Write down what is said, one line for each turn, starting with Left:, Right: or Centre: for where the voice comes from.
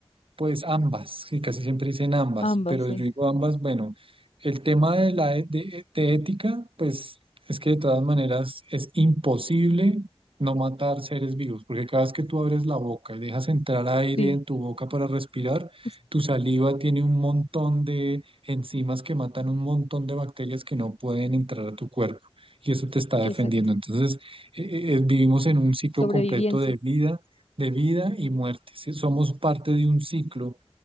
Right: Pues ambas, sí, casi siempre dicen ambas,
Left: Ambas,
Right: pero
Left: sí.
Right: yo digo ambas, bueno, el tema de la e- de, de ética, pues es que de todas maneras es imposible no matar seres vivos, porque cada vez que tú abres la boca y dejas entrar aire
Left: Sí,
Right: en tu boca para respirar,
Left: es-
Right: tu saliva tiene un montón de enzimas que matan un montón de bacterias que no pueden entrar a tu cuerpo y eso te está defendiendo.
Left: exacto.
Right: Entonces, eh, eh, vivimos en un ciclo
Left: Sobrevivencia.
Right: completo de vida de vida y muerte. ¿sí? Somos parte de un ciclo,